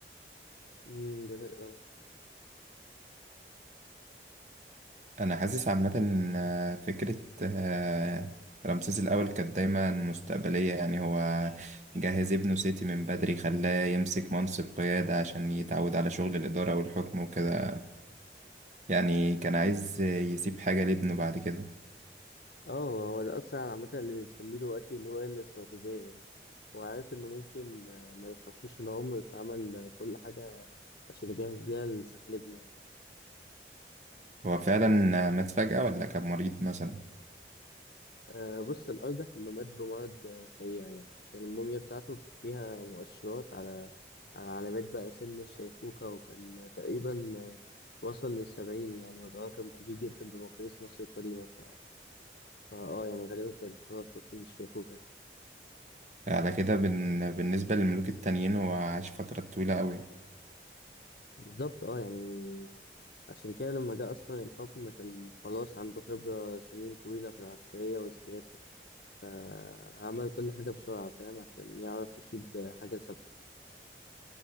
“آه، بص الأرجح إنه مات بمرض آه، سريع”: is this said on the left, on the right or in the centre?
Left